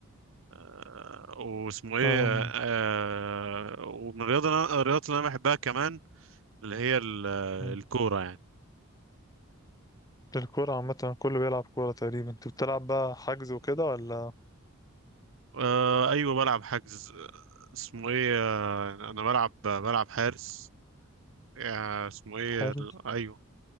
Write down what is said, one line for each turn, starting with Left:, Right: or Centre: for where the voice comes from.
Right: آه، واسمه ايه
Left: أم.
Right: آه، ومن الرياضة أنا- الرياضات اللي انا بحبها كمان اللي هي ال-
Left: مم.
Right: الكورة يعني
Left: الكورة عامة كله بيلعب كورة تقريبا أنت بتلعب بقى حجز وكده ولا
Right: آه، ايوه بلعب حجز آه، اسمه ايه آه، انا بلعب بلعب حارس آه، اسمه ايه
Left: حلو
Right: ال- ايوه